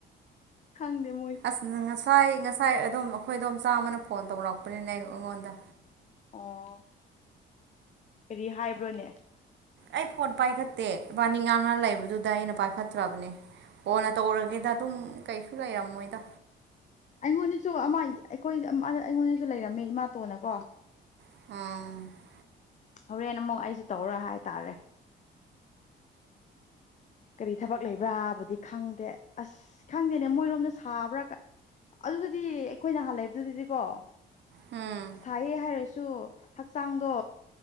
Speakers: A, on the left (about 35°); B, on the right (about 65°).
A: ꯈꯪꯗ ꯃꯣꯏ
B: ꯑꯁ ꯉꯁꯥꯏ ꯉꯁꯥꯏ ꯑꯗꯨꯝ ꯑꯩꯈꯣꯏꯗꯣꯝ ꯆꯥꯝꯃꯅ ꯐꯣꯟ ꯇꯧꯔꯛꯄꯅꯤꯅꯦ ꯑꯩꯉꯣꯟꯗ
A: ꯑꯣ ꯀꯔꯤ ꯍꯥꯏꯕ꯭ꯔꯣꯅꯦ
B: ꯑꯩ ꯄꯣꯠ ꯄꯥꯏꯈꯠꯇꯦ ꯏꯕꯥꯅꯤ ꯉꯥꯡꯅ ꯂꯩꯕꯗꯨꯗ ꯑꯩꯅ ꯄꯥꯏꯈꯠꯇ꯭ꯔꯕꯅꯦ ꯑꯣ ꯅ ꯇꯧꯔꯒꯦꯗ ꯑꯗꯨꯝ ꯀꯩꯁꯨ ꯂꯩꯔꯝꯃꯣꯏꯗꯣ
A: ꯑꯩꯉꯣꯟꯗꯁꯨ ꯑꯃ ꯑꯩꯈꯣꯏ ꯑꯩꯉꯣꯟꯗꯁꯨ ꯂꯩꯔꯝꯃꯦ ꯏꯃꯥꯇꯣꯟꯅꯀꯣ
B: ꯑꯥ
A: ꯍꯣꯔꯦꯟ ꯑꯃꯨꯛ ꯑꯩꯁꯨ ꯇꯧꯔ ꯍꯥꯏꯇꯥꯔꯦ ꯀꯔꯤ ꯊꯕꯛ ꯂꯩꯕ꯭ꯔꯥꯕꯨꯗꯤ ꯈꯪꯗꯦ ꯑꯁ ꯈꯪꯗꯦꯅꯦ ꯃꯣꯏꯔꯣꯝꯗ ꯁꯥꯕ꯭ꯔꯥ ꯑꯗꯨꯗꯨꯗꯤ ꯑꯩꯈꯣꯏ ꯅꯍꯥꯟ ꯂꯩꯕꯗꯨꯗꯗꯤꯀꯣ
B: ꯍꯥꯥꯝ
A: ꯊꯥꯏꯑ ꯍꯥꯏꯔꯁꯨ ꯍꯛꯆꯥꯡꯗꯣ